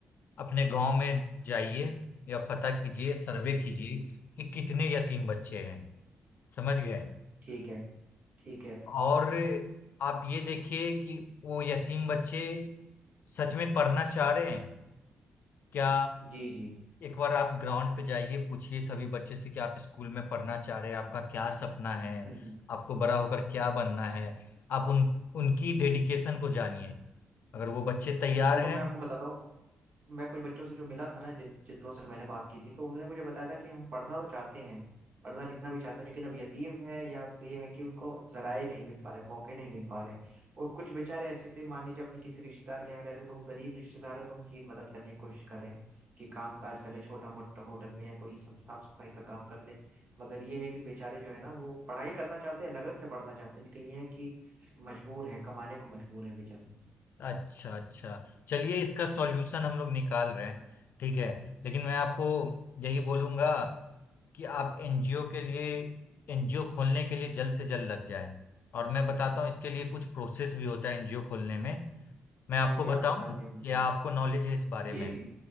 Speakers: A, on the left (about 65°); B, on the right (about 55°).
A: अपने गांव में जाइए या पता कीजिए सर्वे
B: जी।
A: कीजिए कि कितने यतीम बच्चे हैं समझ गए
B: ठीक है ठीक है
A: और आप ये देखिए कि वो यतीम बच्चे सच में पढ़ना चाह रहे हैं क्या
B: जी जी
A: एक बार आप ग्राउंड पे जाइए पूछिए सभी बच्चे से कि आप स्कूल में पढ़ना चाह रहे हैं आपका क्या सपना है
B: हम्म हम्म।
A: आपको बड़ा होकर क्या बनना है आप उन उनकी डेडिकेशन को जानिए अगर वो बच्चे तैयार
B: देखो
A: हैं
B: मैं आपको बताता हूँ मैं कुछ बच्चों से जो मिला था ना जिन जिन लोगों से मैंने बात की थी तो उन्होंने मुझे बताया था कि हम पढ़ना तो चाहते हैं पढ़ना लिखना भी चाहते हैं लेकिन अब यतीम है या ये है कि उनको जराए नहीं मिल पा रहे मौके नहीं मिल पा रहे हैं और कुछ बेचारे ऐसे थे मान लीजिए अपने किसी रिश्तेदार के यहाँ रह रहे तो वो गरीब रिश्तेदार है तो उनकी मदद करने की कोशिश कर रहे हैं कि काम काज कर ले छोटा मोटा होटल में या कोई सब- साफ सफाई का काम कर ले मगर ये है कि बेचारे जो है ना वो पढ़ाई करना चाहते हैं लगन से पढ़ना चाहते हैं लेकिन ये है कि मजबूर है कमाने को मजबूर है बेचारे
A: अच्छा अच्छा चलिए इसका सॉल्यूशन हम लोग निकाल रहे हैं ठीक है लेकिन मैं आपको यही बोलूंगा कि आप एनजीओ के लिए एनजीओ खोलने के लिए जल्द से जल्द लग जाए और मैं बताता हूँ इसके लिए कुछ प्रोसेस भी होता है एनजीओ खोलने में मैं आपको
B: जी जी
A: बताऊं
B: आप बता दीजिए
A: कि आपको नॉलेज है इस बारे
B: जी
A: में
B: जी